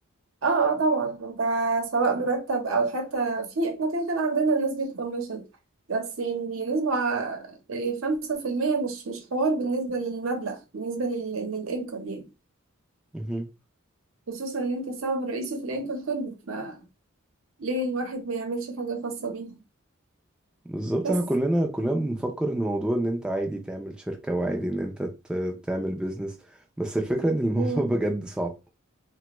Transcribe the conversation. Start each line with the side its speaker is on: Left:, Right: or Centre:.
Right: اه اه طبعا انت سواء مرتب او حتى في احنا كده كده عندنا نسبة كوميشن بس يعني نسبة يعني خمسة في المية مش مش حوار بالنسبة للمبلغ بالنسبة للإنكم يعني
Centre: مهم.
Right: خصوصا إن أنت السبب الرئيسي في الإنكم كله فليه الواحد ما يعملش حاجة خاصة بيه
Centre: بالظبط
Right: بس
Centre: احنا كلنا كلنا بنفكر ان موضوع ان انت عادي تعمل شركة وعادي ان انت ت- تعمل بيزنس بس الفكرة ان الموضوع
Right: مم.
Centre: <laughs> بجد صعب